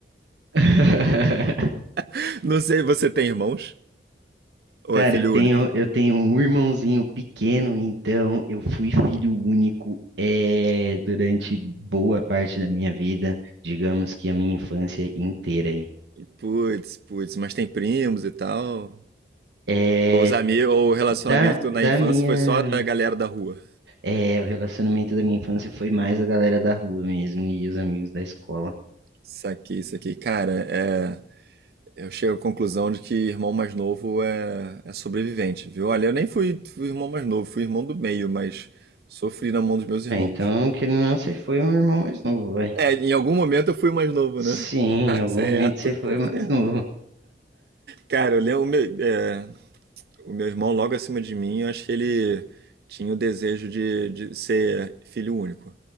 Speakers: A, on the right; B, on the right.
A: <laughs>
B: <laughs> Não sei, você tem irmãos? Ou
A: Cara,
B: é filho
A: eu tenho,
B: único?
A: eu tenho um irmãozinho pequeno, então eu fui filho único é, durante boa parte da minha vida, digamos que a minha infância inteira aí.
B: Putz, putz, mas tem primos e tal.
A: É,
B: Ou os amigos, ou o relacionamento
A: da, da
B: na infância
A: minha,
B: foi só da galera da rua.
A: é, o relacionamento da minha infância foi mais a galera da rua mesmo e os amigos da escola.
B: Saquei isso aqui. Cara, é. Eu chego à conclusão de que irmão mais novo é, é sobrevivente, viu? Olha, eu nem fui, fui irmão mais novo, fui irmão do meio, mas sofri na mão dos meus irmãos.
A: Ah, então, querendo ou não, você foi um irmão mais novo, vai.
B: É, em algum momento eu fui mais novo,
A: Sim,
B: né? <laughs> Tá
A: em algum
B: certo,
A: momento você
B: tá
A: foi mais
B: certo.
A: novo.
B: Cara, eu lembro, o meu, é, o meu irmão logo acima de mim, eu acho que ele tinha o desejo de, de ser filho único.